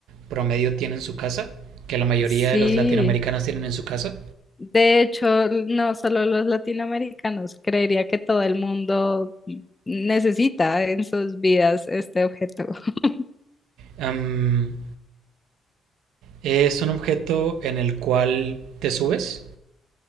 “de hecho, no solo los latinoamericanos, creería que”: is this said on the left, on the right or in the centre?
Left